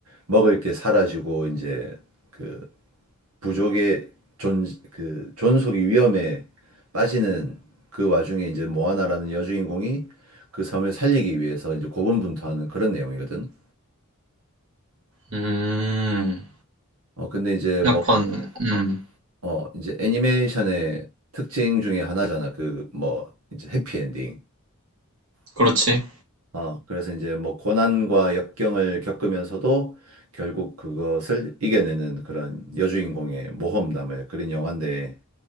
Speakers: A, on the right; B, on the right.
A: 먹을 게 사라지고 이제 그 부족의 존, 그 존속이 위험에 빠지는 그 와중에 이제 모아나라는 여주인공이 그 섬을 살리기 위해서 이제 고군분투하는 그런 내용이거든.
B: 음,
A: 어, 근데 이제 뭐,
B: 약간, 음,
A: 어, 이제 애니메이션의 특징 중에 하나잖아. 그 뭐, 이제 해피엔딩.
B: 그렇지.
A: 어, 그래서 이제 뭐 고난과 역경을 겪으면서도 결국 그것을 이겨내는 그런 여주인공의 모험담을 그린 영화인데,